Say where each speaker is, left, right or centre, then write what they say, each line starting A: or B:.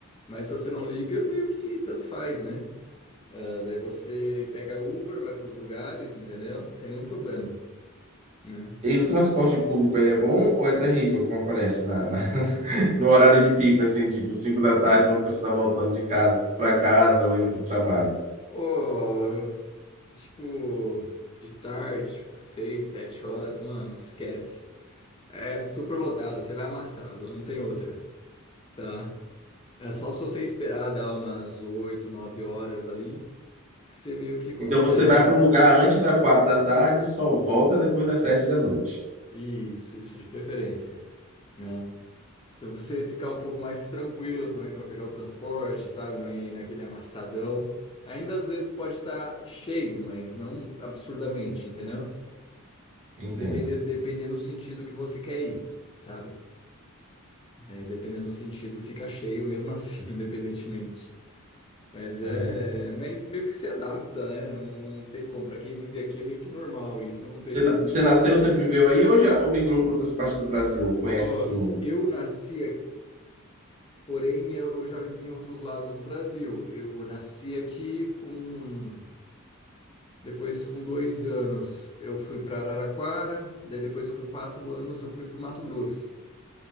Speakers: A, on the left; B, on the right.
A: Mas se você não liga, meio que tanto faz, né? Ah, Daí você pega Uber, vai para os lugares, entendeu? Sem nenhum problema, né?
B: E o transporte público aí é bom ou é terrível, como aparece na, na- <laughs> no horário de pico, assim, tipo 5 da tarde, quando a pessoa está voltando de casa para casa ou indo para o trabalho?
A: Oh, tipo, de tarde, tipo, seis, sete horas, mano, esquece. É super lotado, você vai amassado, não tem outra, tá? É só se você esperar dar umas oito, nove horas ali, que você meio que consegue.
B: Então você vai para o lugar antes das 4 da tarde, só volta depois das sete da noite.
A: Isso, isso de preferência, né? Então você ficar um pouco mais tranquilo também para pegar o transporte, sabe? Não ir naquele amassadão. Ainda às vezes pode estar cheio, mas não absurdamente, entendeu?
B: Entendo.
A: Depende, dependendo do sentido que você quer ir, sabe? É, dependendo do sentido, fica cheio mesmo <laughs> assim, independentemente. Mas é,
B: É.
A: mas meio que se adapta, né? Não, não tem como. Para quem vive aqui é meio que normal isso. Não tem.
B: Você, na- você nasceu, sempre viveu aí ou já ou migrou para outras partes do Brasil? Conhece,
A: Ó,
B: assim,
A: eu nasci Porém, eu, eu já vivi em outros lados do Brasil. Eu nasci aqui com. Depois, com dois anos, eu fui para Araraquara. Daí, depois, com quatro anos, eu fui para o Mato Grosso.